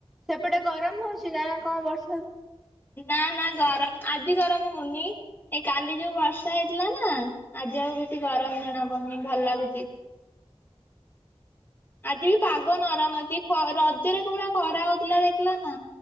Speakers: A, in the centre; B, on the left (about 20°).
A: ସେପଟେ ଗରମ ହଉଛି ନା କଣ ବର୍ଷା
B: ନା ନା ଗରମ ଆଜିି ଗରମ ହଉନି। ଏ କାଲି ଯୋଉ ବର୍ଷା ହେଇଥିଲା ନା ଆଜି ଆଉ କିଛି ଗରମ ଜଣା ପଡୁନି ଭଲ ଲାଗୁଚି। ଆଜି ବି ପାଗ ନରମ ଅଛି ରଜରେ କୋଉଭଳିଆ ଖରା ହଉଥିଲା ଦେଖିଲ ନା।